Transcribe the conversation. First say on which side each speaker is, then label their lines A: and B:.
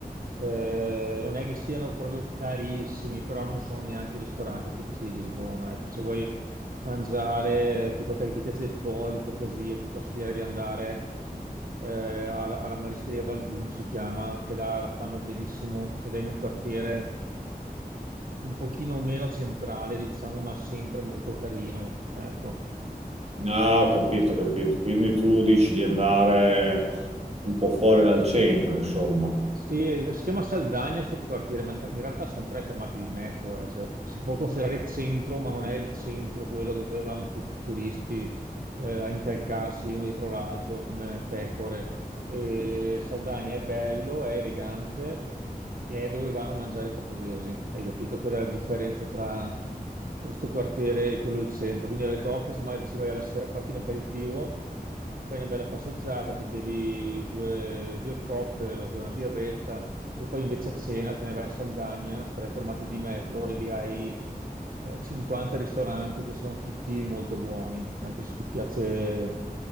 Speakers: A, on the right; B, on the right.
A: eh, non è che siano proprio carissimi, però non sono neanche i ristoranti tipici di Lisbona. Ecco, se vuoi mangiare, tipo te che ti piace il polipo, così, io ti consiglierei di andare eh, alla, alla Marischeria Valbum, si chiama, che là la fanno benissimo ed è in un quartiere un pochino meno centrale, diciamo, ma sempre molto carino. Ecco.
B: no, ho capito, ho capito. Quindi tu dici di andare un po' fuori dal centro, insomma.
A: Sì, si chiama Saldagna sto quartiere, ma in, ca- in realtà sono tre fermate di metro, eh, cioè, si può considerare centro, ma non è il centro quello dove vanno tutti i turisti eh, a incalcarsi uno dietro l'altro come pecore. E Saldagna è bello, è elegante e è dove vanno a mangiare i portoghesi, hai capito? Quella è la differenza tra questo quartiere e quello del centro. Quindi alle Docas magari ci vai alla sera a farti un aperitivo, ti fai una bella passeggiata, ti bevi due, due cocktail o una birretta e poi invece a cena te ne vai a Saldagna, tre fermate di metro e lì hai eh, 50 ristoranti che sono tutti molto buoni, anche se ti piace